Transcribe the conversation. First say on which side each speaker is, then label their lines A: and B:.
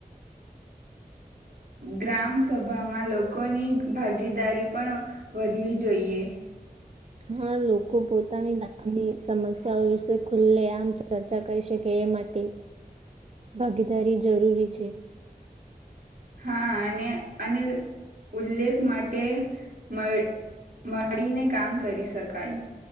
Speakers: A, on the right; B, on the right.
A: ગ્રામ સભામાં લોકોની ભાગીદારી પણ વધવી જોઈએ.
B: હા લોકો પોતાની ગામની સમસ્યાઓ વિશે ખુલ્લે આમ ચર્ચા કરી શકે એ માટે ભાગીદારી જરૂરી છે.
A: હા અને અને ઉલ્લેખ માટે મળ મળીને કામ કરી શકાય.